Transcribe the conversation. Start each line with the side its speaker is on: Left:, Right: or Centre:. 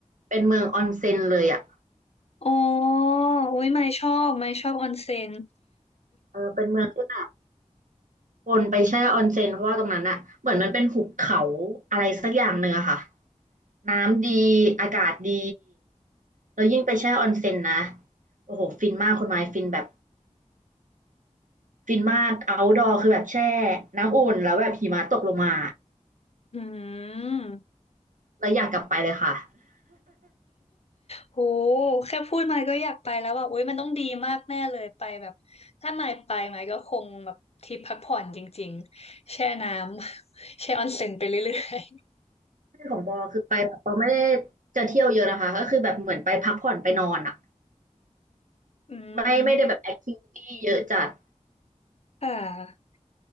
Right: เป็นเมืองออนเซ็นเลยอ่ะ
Left: อ๋ออุ้ยไม่ชอบไม่ชอบออนเซ็น
Right: เออเป็นเมืองที่แบบคนไปแช่ออนเซ็นเพราะว่าตรงนั้นอะเหมือนมันเป็นหุบเขาอะไรสักอย่างเนื้อะค่ะน้ำดีอากาศดีแล้วยิ่งไปแช่ออนเซ็นนะโอ้โหฟินมากคุณไม้ฟินแบบฟินมากเอาท์ดอร์คือแบบแช่น้ำอุ่นแล้วแบบหิมะตกลงมา
Left: อืม
Right: แล้วอยากกลับไปเลยค่ะ
Left: โหแค่พูดมาก็อยากไปแล้วว่าโอ๊ยมันต้องดีมากแน่เลยไปแบบถ้าไม่ไปไหมายก็คงแบบทริปพักผ่อนจริงๆแช่น้ำ <laughs> แช่ออนเซ็นไปเรื่อย
Right: <laughs> ที่ของบอคือไปแบบเราไม่ได้จะเที่ยวเยอะนะคะก็คือแบบเหมือนไปพักผ่อนไปนอนอะ
Left: ๆ <laughs> อื
Right: ไม่ไม่ได้แบบแอคทิวิตี้เยอะจัด
Left: มค่ะ